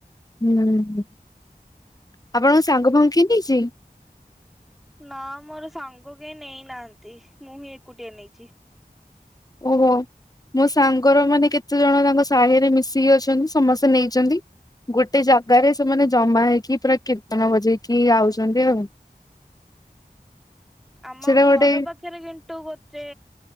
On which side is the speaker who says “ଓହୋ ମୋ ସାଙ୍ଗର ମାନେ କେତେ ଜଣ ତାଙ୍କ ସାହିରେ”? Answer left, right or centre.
Left